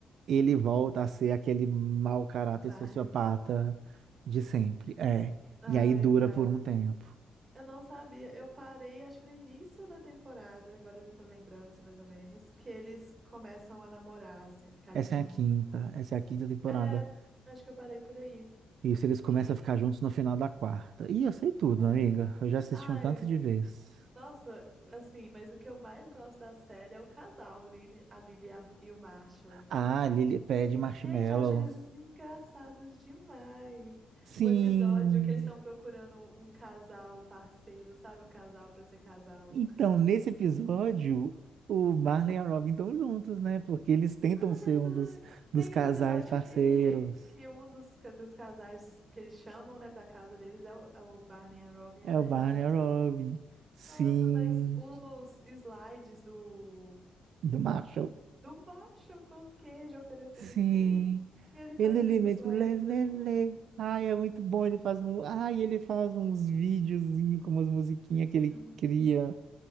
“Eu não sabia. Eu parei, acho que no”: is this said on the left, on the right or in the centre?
Right